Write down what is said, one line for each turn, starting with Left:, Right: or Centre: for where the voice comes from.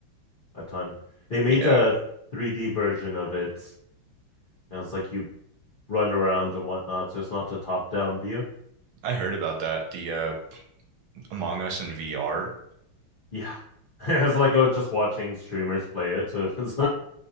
Left: a ton. They made
Right: Yeah,
Left: a 3D version of it. And it's like you run around and whatnot, so it's not a top-down view.
Right: I heard about that. The uh, Among Us in VR.
Left: Yeah. <laughs> It's like oh, just watching streamers play it. <laughs> So It's,